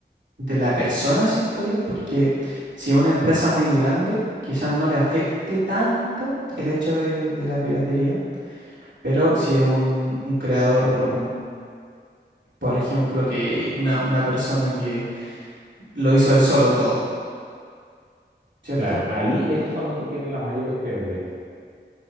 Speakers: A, on the right (about 85°); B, on the right (about 60°).
A: de la persona, siento yo, porque si es una empresa muy grande, quizás no le afecte tanto el hecho de, de la piratería, pero si es un, un creador, por ejemplo, que una, una persona que lo hizo él solo todo, ¿cierto?
B: Claro, ahí esos son los que tienen las mayores pérdidas.